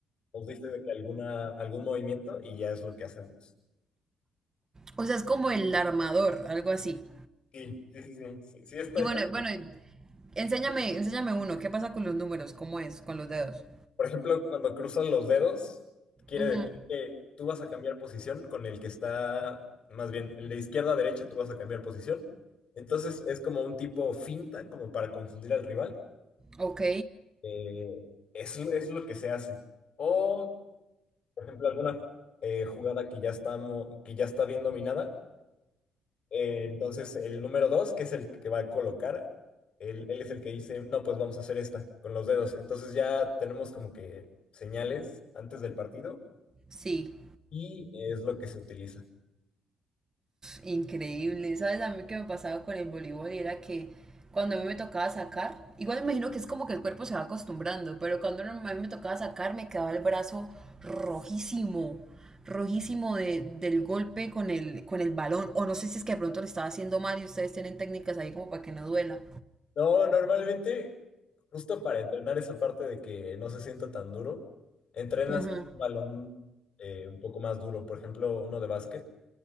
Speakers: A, on the left; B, on the right.
A: nos diste de que alguna, algún movimiento y ya es lo que hacemos.
B: O sea, es como el armador, algo así.
A: Sí, sí, sí, sí. Sí, sí, está-
B: Y
A: está.
B: bueno, bueno, enséñame, enséñame uno. ¿Qué pasa con los números? ¿Cómo es? Con los dedos.
A: Por ejemplo, cuando cruzan los dedos, quiere
B: Ujú.
A: decir que tú vas a cambiar posición con el que está, más bien, el de izquierda a derecha, tú vas a cambiar posición. Entonces es como un tipo finta, como para confundir al rival.
B: Ok,
A: Eh, es, es lo que se hace. O, por ejemplo, alguna eh, jugada que ya estamos, que ya está bien dominada Eh, entonces, el número dos, que es el que va a colocar, él, él es el que dice, no, pues vamos a hacer esta con los dedos. Entonces ya tenemos como que señales antes del partido
B: sí.
A: y es lo que se utiliza.
B: Increíble, ¿sabes? A mí que me pasaba con el voleibol era que cuando a mí me tocaba sacar, igual me imagino que es como que el cuerpo se va acostumbrando, pero cuando no, a mí me tocaba sacar me quedaba el brazo rojísimo, rojísimo de, del golpe con el, con el balón, o no sé si es que de pronto lo estaba haciendo mal y ustedes tienen técnicas ahí como para que no duela.
A: No, normalmente, justo para entrenar esa parte de que no se sienta tan duro, entrenas
B: Ujú,
A: un balón eh, un poco más duro, por ejemplo, uno de básquet.